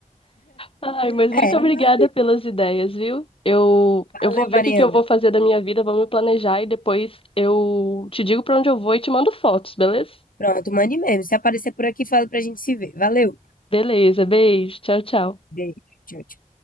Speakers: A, on the left (about 40°); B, on the left (about 80°).
A: Ai, mas
B: É,
A: muito obrigada
B: mas.
A: pelas ideias, viu? Eu,
B: Valeu,
A: eu vou ver
B: Mariana.
A: o que que eu vou fazer da minha vida, vou me planejar e depois eu te digo pra onde eu vou e te mando fotos, beleza?
B: Pronto, mande mesmo. Se aparecer por aqui, fala pra gente se ver. Valeu.
A: Beleza, beijo, tchau, tchau.
B: Beijo. Tchau, tchau.